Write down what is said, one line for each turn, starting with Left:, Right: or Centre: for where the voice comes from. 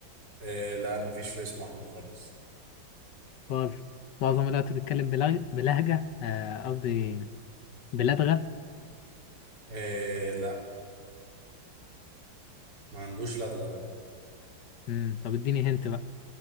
Right: آه لا ما فيش في اسمه احمد خالص
Left: خالص معظم الوقت بيتكلم بلغ... بلهجة آه، قصدي بلدغة
Right: آه لا ما عندوش لدغه لا
Left: مم. طب اديني هنت بقى